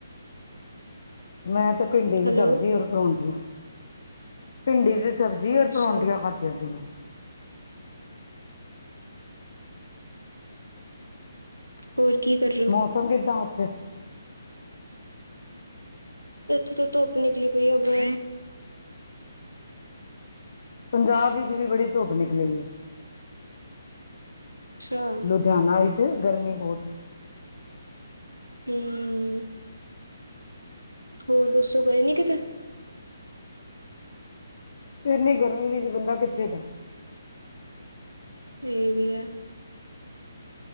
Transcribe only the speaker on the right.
ਹੈਲੋ
ਅੱਛਾ
ਹੋੁਰ ਕੀ? ਕਰ ਰਹੇ ਹੋ
ਏਥੇ ਤੇ ਧੁੱਪ ਨਿਕਲੀ ਪਈ ਏ, ਬੋ
<unintelligible>
ਹੂੰ, ਹੋਰ ਦੱਸੋ ਗਏ ਨੀ ਕਿਤੇ?
ਏ ਵੀ ਐ।